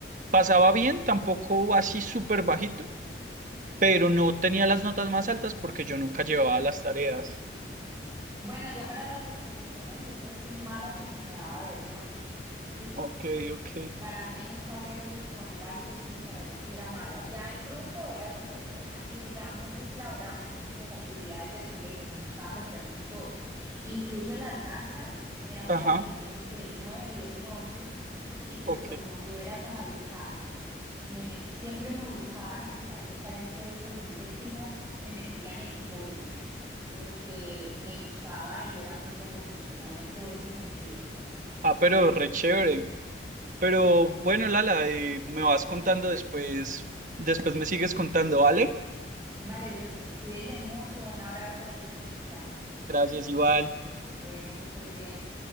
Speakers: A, on the right (about 45°); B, on the right (about 15°).
A: pasaba bien, tampoco así súper bajito, pero no tenía las notas más altas porque yo nunca llevaba las tareas.
B: Bueno, yo para las exposiciones siempre fui mala porque me daba vergüenza, ¿sí?
A: Ok, ok.
B: Para mí en un tablero y exponer algo, eso para eso sí era mala. Ya en grupo era súper buena y digamos, yo colaboraba mucho con las actividades del colegio, me gustaba meterme en todo. Incluso las danzas eran para
A: Ajá,
B: los niños de 9 10 y 11 y pues
A: ok.
B: como yo era tan avispada, me met- siempre me buscaban a pesar de estar en sexto y en séptimo, me metían en todo porque me gustaba y era muy revolucionaria en todo ese sentido.
A: Ah, pero re chévere. Pero bueno, Lala, eh, me vas contando después, después me sigues contando, ¿vale?
B: Vale, Justin, cuídese mucho, un abrazo, Dios te bendiga.
A: Gracias, Iván.
B: Bueno, que estés bien.